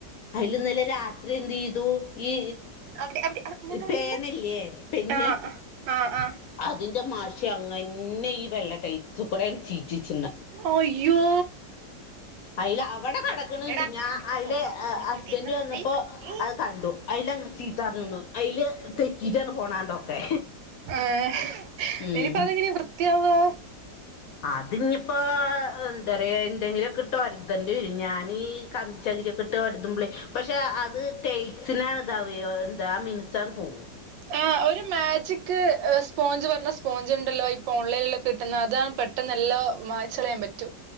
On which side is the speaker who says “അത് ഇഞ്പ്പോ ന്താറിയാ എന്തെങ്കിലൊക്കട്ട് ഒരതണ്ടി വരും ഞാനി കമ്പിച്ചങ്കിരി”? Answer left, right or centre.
Left